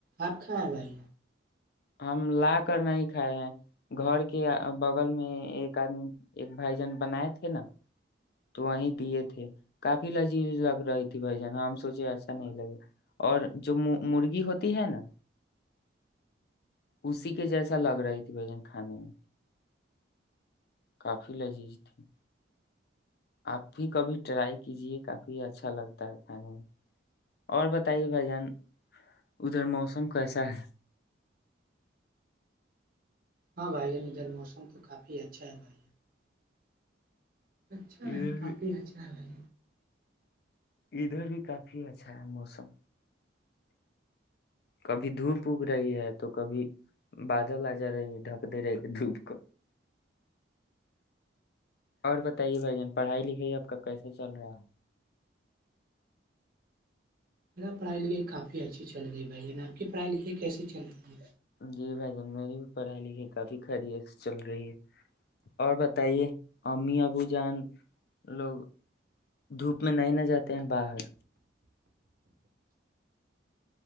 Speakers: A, on the right; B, on the left.
A: آپ کھایں بھائی
B: ہم لا کر نہیں کھائے ہیں گھر کے بغل میں ایک آدمی ایک بھائی جان بنائے تھے نا تو وہیں دیے تھے کافی لذیذ لگ رہی تھی بھ جن ہم سوچے ایسا نہیں لگا اور جو مرغی ہوتی ہے نا اسی کے جیسا لگ رہی تھی بھجن کھانے میں کافی لذیذ تھی آپ بھی کبھی ٹرائی کیجیے کافی اچھا لگتا ہے کھانے اور بتائیے بھ جان ادھر موسم کیسا ہے
A: ہاں بھائی ادھر موسم تو کافی اچھا ہے بھائی اچھا
B: ادھر
A: ہے کافی
B: بھی
A: اچھا ہے بھائی
B: ادھر بھی کافی اچھا ہے موسم کبھی دھوپ اگ رہی ہے تو کبھی بادل آ جا رہی ہے ڈھک دے رہے دھوپ کو اور بتائیے بھ جن پڑھائی لکھائی آپ کا کیسے چل رہا ہے
A: میرا پڑھائی لائی کافی اچھی چل رہی بھائی میں آپ کی پڑھائی لائی کیے چل رہی ہوں
B: جی بھ جان میری پڑھائی لکھائی کافی خھری چل رہی ہے اور بتائیے امی ابو جان لوگ دھوپ میں نہیں نہ جاتے ہیں باہر